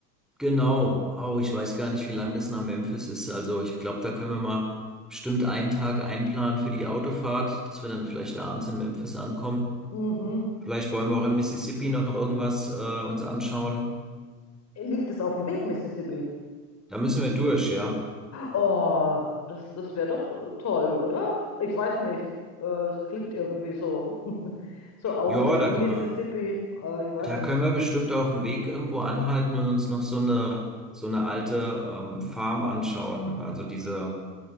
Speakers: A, in the centre; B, on the left.
A: genau. Oh, ich weiß gar nicht, wie lang das nach Memphis ist. Also ich glaube, da können wir mal bestimmt einen Tag einplanen für die Autofahrt, dass wir dann vielleicht abends in Memphis ankommen.
B: Mhm.
A: Vielleicht wollen wir auch in Mississippi noch irgendwas äh, uns anschauen.
B: Liegt es auf dem Weg, Mississippi?
A: Da müssen wir durch, ja.
B: Oh, das, das wäre doch äh, toll, oder? Ich weiß nicht. Äh, Es klingt irgendwie so, <laughs> so aufregend,
A: Ja, da kann
B: Mississippi.
A: man.
B: Äh, ich weiß
A: Da
B: nicht.
A: können wir bestimmt auf dem Weg irgendwo anhalten und uns noch so eine, so eine alte ähm, Farm anschauen. Also diese,